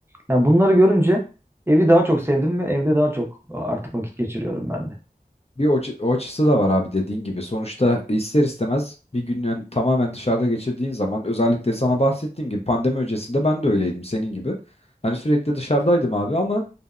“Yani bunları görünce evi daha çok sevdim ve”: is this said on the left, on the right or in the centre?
Right